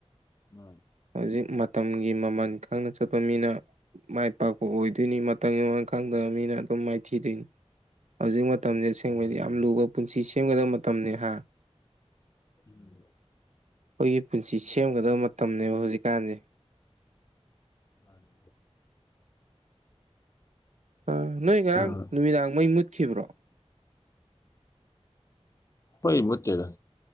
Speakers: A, on the left; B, on the right.
A: ꯃꯥꯅꯦ
B: ꯍꯧꯖꯤꯛ ꯃꯇꯝꯒꯤ ꯃꯃꯜ ꯈꯪꯅ ꯆꯠꯄ ꯃꯤꯅ ꯃꯥꯏ ꯄꯥꯛꯄ ꯑꯣꯏꯗꯣꯏꯅꯤ ꯃꯇꯝ ꯃꯥꯡ ꯈꯪꯗ ꯃꯤꯅ ꯑꯗꯨꯝ ꯃꯥꯏꯊꯤꯗꯣꯏꯅꯤ ꯍꯧꯖꯤꯛ ꯃꯇꯝꯁꯦ ꯑꯁꯦꯡꯕꯩꯗꯤ
A: ꯃꯥꯅꯦ
B: ꯌꯥꯝ
A: ꯃꯥꯅꯦ
B: ꯂꯨꯕ ꯄꯨꯟꯁꯤ ꯁꯦꯝꯒꯗꯕ ꯃꯇꯝꯅꯤ ꯍꯥ
A: <inaudible>
B: ꯑꯩꯈꯣꯏꯒꯤ ꯄꯨꯟꯁꯤ ꯁꯦꯝꯒꯗꯕ ꯃꯇꯝꯅꯤꯅꯦꯕ ꯍꯧꯖꯤꯛꯀꯥꯟꯁꯦ
A: ꯃꯥꯅꯤ
B: ꯑ ꯅꯣꯏ ꯉꯔꯥꯡ
A: ꯃꯥꯅꯦ
B: ꯅꯨꯃꯤꯗꯥꯡ ꯃꯩ ꯃꯨꯠꯈꯤꯕ꯭ꯔꯣ
A: ꯈꯣꯏ ꯃꯨꯠꯇꯦꯗ